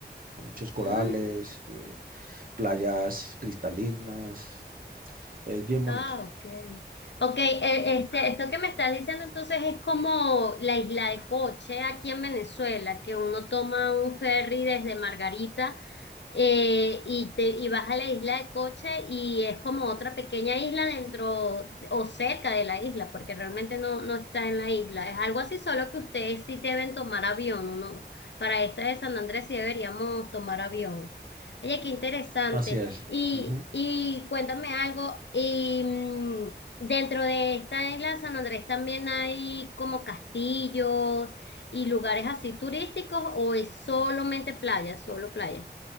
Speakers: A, on the right; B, on the left.
A: Con Muchos corales,
B: Mm,
A: eh, playas cristalinas, es bien bonito.
B: ah, ok. Ok, eh, este, esto que me estás diciendo entonces es como la isla de Coche aquí en Venezuela, que uno toma un ferry desde Margarita eh, y, te, y vas a la isla de Coche y es como otra pequeña isla dentro de- o cerca de la isla, porque realmente no, no está en la isla. Es algo así, solo que ustedes sí deben tomar avión. Uno, para esta de San Andrés sí deberíamos tomar avión. Oye, qué interesante.
A: Así es.
B: Y,
A: Ujú.
B: y cuéntame algo. Y mm, dentro de esta isla de San Andrés también hay como castillos y lugares así turísticos, o es solamente playa, solo playa.